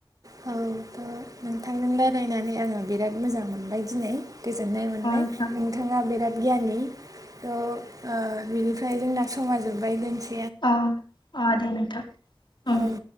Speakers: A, on the right; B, on the left.
A: औ थ' नोंथांजों रायलायनानै आङो बिराद मोजां मोनबाय दिनै। गोजोननाय मोनबाय
B: अ नोंथां
A: नोंथाङा बिराद गियाननि त' ओ बिनिफ्राय जोंना समा जोब्बाय दोननोसै
B: अ' अ' दे नोंथां उम।
A: औ